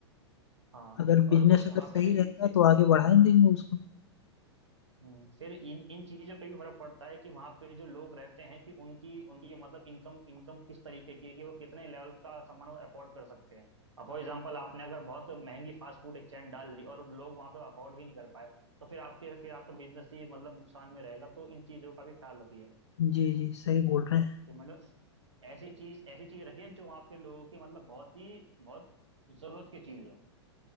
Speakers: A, on the right; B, on the left.
A: हाँ
B: अगर
A: और
B: बिजनेस
A: उस
B: अगर
A: हाँ
B: सही
A: फिर
B: रहेगा
A: फिर
B: तो आगे बढ़ा ही देंगे उसको
A: हम्म, फिर इन इन चीजों पे भी फर्क पड़ता है कि वहां पे जो लोग रहते हैं कि उनकी उनकी मतलब इनकम इनकम किस तरीके की है कि वो कितने लेवल का सामान वो अफोर्ड कर सकते हैं अब फॉर एग्जांपल आपने अगर बहुत महंगी फास्ट फूड एक चैन डाल ली और लोग वहां पे अफोर्ड ही नहीं कर पाए तो फिर आपके फिर आपका बिजनेस ही मतलब नुकसान में रहेगा तो इन चीजों का भी ख्याल रखिएगा
B: जी जी सही बोल रहे हैं
A: कि मतलब ऐसी चीज ऐसी चीज रखिए जो वहाँ पे लोगों की मतलब बहुत ही बहुत जरूरत की चीज हो